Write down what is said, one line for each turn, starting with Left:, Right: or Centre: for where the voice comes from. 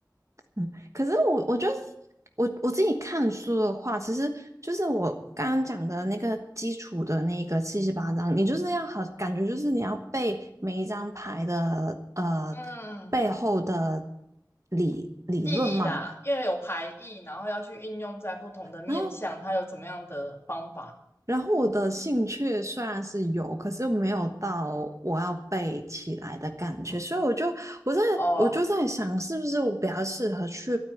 Right: 嗯，可是我我就是我我自己看书的话，其实就是我刚刚讲的那个基础的那个七十八张，你就是要好，感觉就是你要背每一张牌的呃
Left: 嗯，
Right: 背后的理理论嘛。
Left: 意义啦，因为有排异，然后要去应用在不同的面向，
Right: 然后
Left: 它有怎么样的方法？
Right: 然后我的兴趣虽然是有，可是没有到我要背起来的感觉，所以我就我在我就在想，
Left: 哦
Right: 是不是我比较适合去